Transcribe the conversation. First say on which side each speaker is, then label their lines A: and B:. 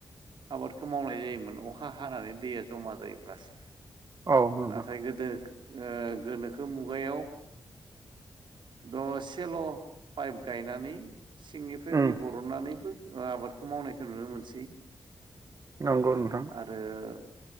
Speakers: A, on the right; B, on the right.
A: आबादखौ मावनाय जायोमोन अखा हानानै दैया जमा जायोबासो।
B: औ नंगौ
A: नाथाय गोदो गोनोखो मुगायाव द' सेल' पाइप गायनानै सिंनिफ्राय
B: उम
A: दै ब बरननानैबो आबादखौ मावनायखौ नुनो मोनसै।
B: नंगौ नोंथां।
A: <unintelligible>